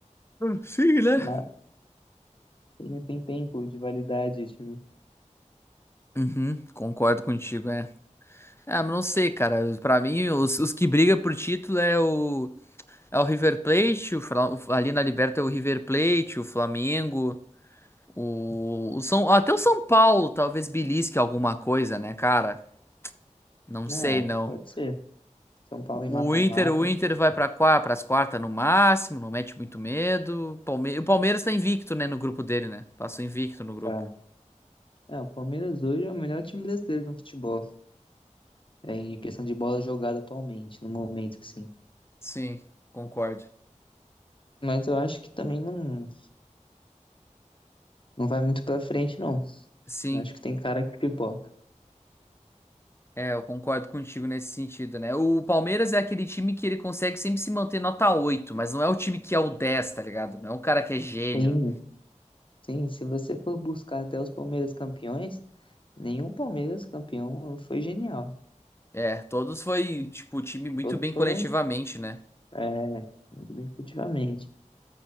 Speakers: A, on the left; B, on the left.
A: Hum, Sim, né?
B: Mas tem, tem tempo de validade, o time.
A: Uhum, concordo contigo, é. Ah, mas não sei, cara. Pra mim, os, os que brigam por título é o, é o River Plate, o, Fla- o- ali na Liberta é o River Plate, o Flamengo. O, o São, até o São Paulo talvez belisque alguma coisa, né, cara? Não
B: É,
A: sei, não.
B: pode ser. São Paulo
A: O
B: em mata-mata.
A: o Inter, o Inter vai para para as quartas no máximo, não mete muito medo. Palme- o Palmeiras tá invicto, né, no grupo dele, né? Passou invicto no grupo.
B: Tá. É, o Palmeiras hoje é o melhor time brasileiro no futebol. É, em questão de bola jogada atualmente, no momento, assim.
A: Sim, concordo.
B: Mas eu acho que também não, não vai muito pra frente, não.
A: Sim,
B: Eu acho que tem cara que pipoca.
A: é, eu concordo contigo nesse sentido, né? O Palmeiras é aquele time que ele consegue sempre se manter nota 8 mas não é o time que é o 10, tá ligado? Não é um cara que é gênio.
B: Sim, sim. Se você for buscar até os Palmeiras campeões, nenhum Palmeiras campeão foi genial.
A: É, todos foi, tipo, time muito
B: Todos
A: bem
B: foram,
A: coletivamente, né?
B: é, muito bem cultivamente.